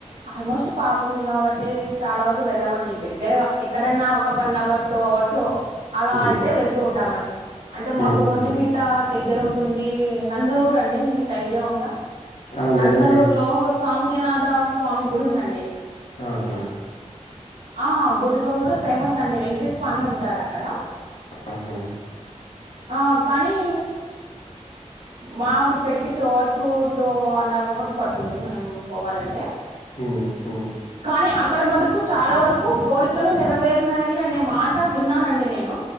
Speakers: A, on the right (about 85°); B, on the left (about 65°).
A: ఆల్మోస్ట్ పాపుంది కాబట్టి చాలా వరకు వెళ్ళమండి దగ్గరగా ఎక్కడన్నా వన్ అవర్ టూ అవర్స్ అలా
B: ఉమ్,
A: అయితే వెళ్తూ ఉంటామండి అంటే మాకు
B: ఉమ్,
A: ఒంటిమి
B: ఉమ్.
A: ట దగ్గర ఉంటుంది నందలూర్ అండి మీకు ఐడియా ఉందా
B: ఆ, లేదండి
A: నందలూరు లో సౌమ్యనాథ స్వామి గుడి ఉందండి
B: ఆహా,
A: ఆ గుడిలో కూడా ఫేమస్ అండి వెంకటేశర స్వామి ఉంటాడు అక్కడ
B: ఆహా.
A: ఆ కానీ మాకు ఇక్కడికి two hours two and half hours పడుతుంది మేము పోవాలంటే
B: ఉమ్మ్ ఉమ్
A: కానీ అక్కడ మటుకు చాలా వరకు కోరికలు నెరవేరినాయి అనే మాట విన్నానండి నేను